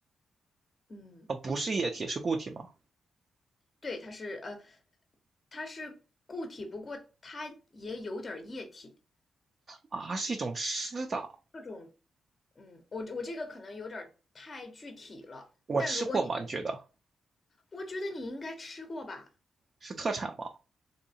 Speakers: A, on the left; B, on the right.
A: 嗯，
B: 啊，不是液体，是固体吗？
A: 对，它是呃，它是固体，不过它也有点儿液体。
B: 啊，是一种吃的，
A: 各种嗯，我我这个可能有点儿太具体了，
B: 我吃过吗？
A: 但如果你能
B: 你觉得
A: 我觉得你应该吃过吧？
B: 是特产吗？